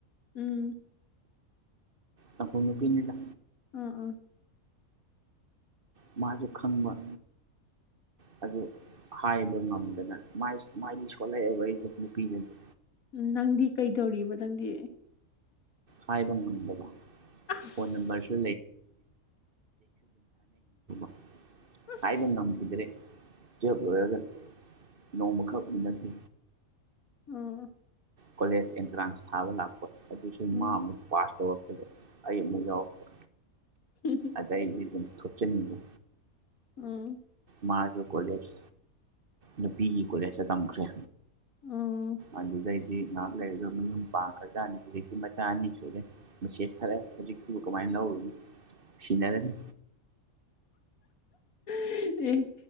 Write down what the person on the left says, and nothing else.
ꯎꯝ
ꯎꯝ ꯎꯝ
ꯎꯝ ꯅꯪꯗꯤ ꯀꯩꯗꯧꯔꯤꯕ ꯅꯪꯗꯤ
ꯑꯁ
ꯑꯁ
ꯎꯝ
ꯎꯝ
<unintelligible>
ꯎꯝ
ꯎꯝ
ꯑꯦ